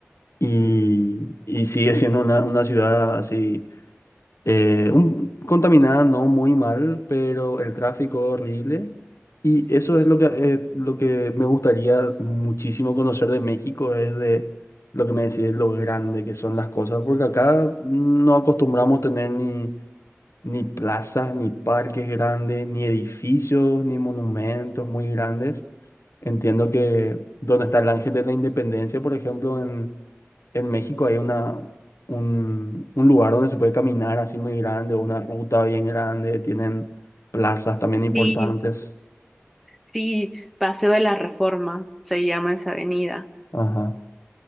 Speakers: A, on the left; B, in the centre.
A: Y, y sigue siendo una, una ciudad así, eh, un- contaminada no muy mal, pero el tráfico horrible. Y eso es lo que, eh, lo que me gustaría muchísimo conocer de México, es de lo que me decís, lo grande que son las cosas, porque acá no acostumbramos tener ni ni plazas, ni parques grandes, ni edificios, ni monumentos muy grandes. Entiendo que donde está el Ángel de la Independencia, por ejemplo, en, en México hay una, un, un lugar donde se puede caminar así muy grande, o una ruta bien grande, tienen plazas también importantes.
B: Sí, Sí, Paseo de la Reforma se llama esa avenida.
A: Ajá.